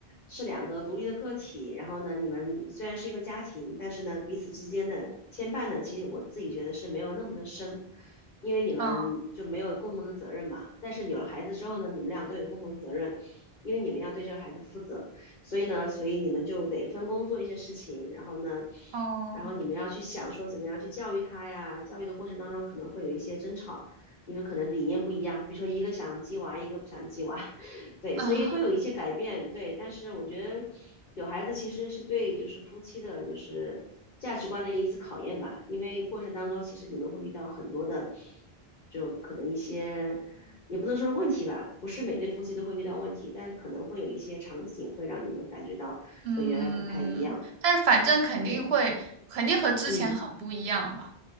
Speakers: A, on the left (about 55°); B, on the right (about 80°).
A: 是两个独立的个体，然后呢，你们虽然是一个家庭，但是呢，彼此之间的牵绊呢，其实我自己觉得是没有那么的深，因为你们就没有共同的责任嘛。
B: 啊，
A: 但是有了孩子之后呢，你们俩都有共同责任，因为你们要对这个孩子负责。所以呢，所以你们就得分工做一些事情，然后呢，
B: 哦，
A: 然后你们要去想说怎么样去教育他呀。教育的过程当中可能会有一些争吵，你们可能理念不一样，比如说一个想鸡娃，一个不想鸡娃，<laughs> 对，
B: 啊，
A: 所以会有一些改变，对。但是我觉得有孩子其实是对就是夫妻的就是价值观的一次考验吧，因为过程当中其实你们会遇到很多的，就可能一些。也不能说是问题吧，不是每对夫妻都会遇到问题，但是可能会有一些场景会让你们感觉到跟原来不太一样。
B: 嗯，但是反正肯定会，
A: 对，
B: 肯定和之前很不一样吧。
A: 嗯。